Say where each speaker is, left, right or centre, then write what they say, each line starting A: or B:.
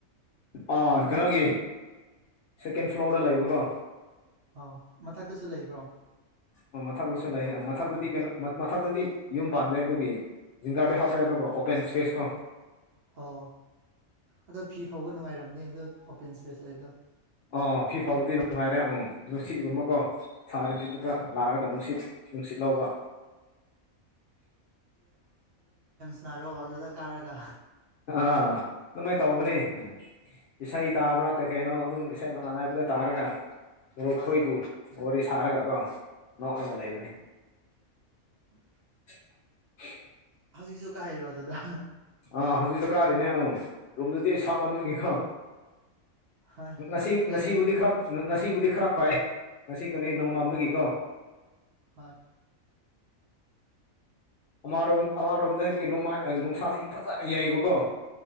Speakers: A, on the left; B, on the right.
A: ꯑꯥ ꯀꯩꯅꯣꯒꯤ ꯁꯦꯀꯦꯟ ꯐ꯭ꯂꯣꯔꯗ ꯂꯩꯕꯀꯣ
B: ꯑ ꯃꯊꯛꯇꯁꯨ ꯂꯩꯕ꯭ꯔꯣ
A: ꯑꯣ ꯃꯊꯛꯇꯁꯨ ꯂꯩꯑꯌꯦ
B: ꯕ꯭ꯂꯣꯔ
A: ꯃꯊꯛꯇꯗꯤ ꯀꯩꯅꯣ ꯃꯊꯛꯛꯇꯗꯤ ꯌꯨꯝ ꯄꯥꯟꯗꯦ ꯑꯗꯨꯒꯤ ꯖꯤꯡꯒꯥꯔꯗꯤ ꯍꯥꯞꯄꯦ ꯑꯗꯨꯒ ꯑꯣꯄꯦꯟ ꯏꯁꯄꯦꯁ ꯀꯣ
B: ꯑꯣ ꯑꯗꯣ ꯐꯤ ꯐꯥꯎꯕ ꯅꯨꯡꯉꯥꯏꯔꯝꯅꯤ ꯑꯗꯣ ꯑꯣꯄꯦꯟ ꯏꯁꯄꯦꯁ ꯂꯩꯕꯗꯣ
A: ꯑꯥ ꯐꯤ ꯐꯥꯎꯕꯗꯤ ꯅꯨꯡꯉꯥꯏꯔꯦ ꯎꯝ ꯅꯨꯡꯁꯤꯠꯒꯨꯝꯕꯀꯣ ꯁꯥꯔꯤꯗꯤꯗꯨꯗ
B: ꯍꯣꯏ
A: ꯂꯥꯛꯑꯒ ꯅꯨꯡꯁꯤꯠ ꯅꯨꯡꯁꯤꯠ ꯂꯧꯕ
B: ꯅꯥꯔꯛꯑꯣ ꯑꯗꯨꯗ ꯀꯥꯔꯒ
A: ꯑꯥ ꯑꯗꯨꯃꯥꯏ ꯇꯧꯕꯅꯦ ꯏꯁꯩ ꯇꯥꯕ꯭ꯔꯥ ꯀꯩ ꯀꯩꯅꯣ ꯑꯗꯨꯝ ꯏꯁꯩ ꯅꯣꯡꯉꯥꯟ ꯍꯥꯏꯕꯗ ꯇꯥꯔꯒ ꯉꯣꯛꯈꯣꯏꯕꯨ
B: ꯍꯣꯏ
A: ꯋꯥꯔꯤ ꯁꯥꯔꯒ ꯀꯣ ꯅꯣꯛꯂꯒ ꯂꯩꯕꯅꯤ
B: ꯎꯝ
A: <unintelligible>
B: ꯍꯧꯖꯤꯛꯁꯨ ꯀꯥꯏꯔꯣ ꯑꯗꯨꯗ
A: ꯑꯥ ꯍꯧꯖꯤꯛꯁꯨ ꯀꯥꯔꯤꯅꯦ ꯑ ꯔꯨꯝꯗꯗꯤ ꯑꯩ ꯁꯥ ꯃꯟꯨꯈꯤꯀꯣ
B: ꯍꯣꯏ
A: ꯅꯁꯤꯕ
B: ꯑꯦ
A: ꯅꯁꯤꯕꯗꯤ ꯈꯔꯣ ꯉꯁꯤꯕꯨꯗꯤ ꯈꯔ ꯐꯥꯏ ꯉꯁꯤ ꯀꯅꯦ ꯅꯣꯡꯃꯗꯒꯤꯀꯣ
B: ꯍꯣꯏ
A: ꯑꯃꯔꯣꯝ ꯑꯃꯔꯣꯝꯗ ꯍꯥꯏꯗꯤ ꯅꯣꯡꯃꯥꯏ ꯅꯨꯡꯁꯥꯁꯤ ꯐꯖꯅ ꯌꯩꯕꯀꯣ